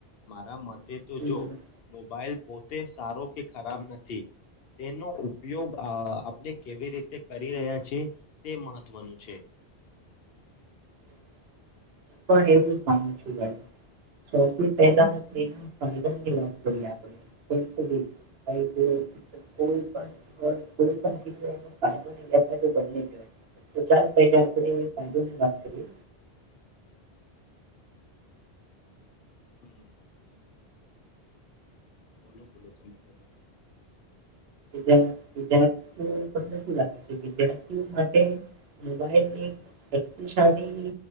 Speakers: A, on the left; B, on the right.
A: મારા મત તે
B: હમ
A: તો જો
B: હું
A: મોબાઈલ પોતે સારો કે ખરાબ નથી તેનો ઉપયોગ આપણે કેવી રીતે કરી રહ્યા છીએ તે મહત્વનું છે.
B: હમ <unintelligible> પણ એવું જ માનું છ ભાઈ સૌથી પહેલા એના ફાયદા ની વાત કરીએ આપણેધી જો કોઈ પણ હો કોઈ પણ ચીજ હોય એનો ફાયદો વથા તો બને જ હોય તો ચાલ પહેલે આપણેે ફાયદો ની વાત કરીએ.
A: હમ બોલો બોલો તમે બોલોલો.
B: વિદ્યાર્થીઓ તમને શું લાગે છે વિદ્યાર્થીઓ માટે મોબાઈલ ની શક્તિશાળી